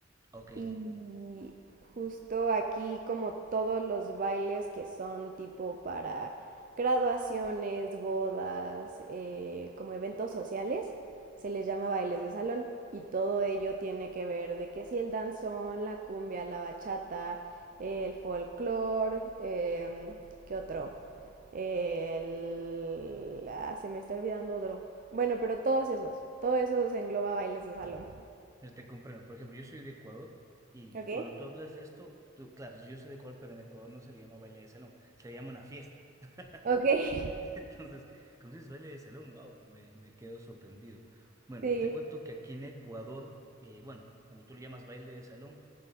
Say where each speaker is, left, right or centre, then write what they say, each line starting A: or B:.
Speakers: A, on the right; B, on the right.
A: Ok,
B: Y justo aquí como todos los bailes que son tipo para graduaciones, bodas, eh, como eventos sociales, se les llama bailes de salón. Y todo ello tiene que ver de que si el danzón, la cumbia, la bachata, eh, el folclore, eh, ¿qué otro? El... ah, se me está olvidando otro. Bueno, pero todos esos, todos esos engloba bailes de salón.
A: mira, te comprendo. Por ejemplo, yo soy de Ecuador y
B: ¿Ok?
A: cuando tú hablas de esto, tú, claro, yo soy de Ecuador, pero en Ecuador no se le llama baile de salón, se le llama una fiesta. <laughs>
B: Ok, <laughs>
A: Entonces, cuando dices baile de salón, wow, me, me quedo sorprendido. Bueno,
B: sí.
A: te cuento que aquí en Ecuador, eh, bueno, como tú lo llamas baile de salón,